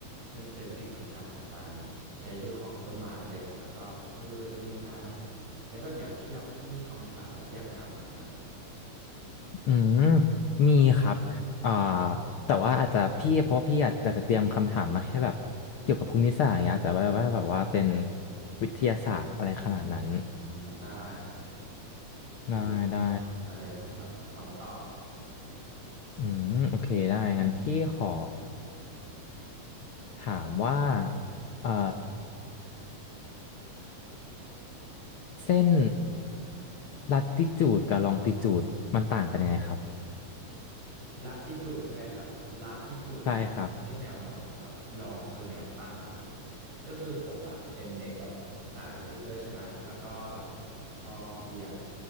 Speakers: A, on the right; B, on the left.
A: ซึ่งเป็นสิ่งสำคัญของการใช้ชีวิตของต้นไม้เลยแล้วก็พืชนู่นนี่นั่นอะไรเงี้ยแล้วแบบอย่างพี่ล่ะพี่มีคำถามแบบอยากถามผมไหม
B: อืมมีครับอ่าแต่ว่าอาจจะพี่เพราะว่าพี่อาจจะเตรียมคำถามมาแค่แบบเกี่ยวกับภูมิศาสตร์อย่างเงี้ยอาจจะว่าว่าแบบว่าเป็นวิทยาศาสตร์อะไรขนาดนั้น
A: อืมได้ครับ เดี๋ยว
B: ได้ได้
A: ได้เลยผมแบบพร้อมตอบ
B: อืมโอเคได้งั้นพี่ขอ ถามว่าเอ่อเส้นลัติจูดกับลองติจูดมันต่างกันยังไงครับ
A: ละติจูดใช่ไหมครับละติจูดมันเป็นเส้นแนวนอนครับลองคือแนวตั้งครับผมก็คือผมอะเป็นเด็กแบบสายวิทย์ด้วยใช่ไหมแล้วก็แบบ
B: ใช่ครับ
A: ชอบเรียน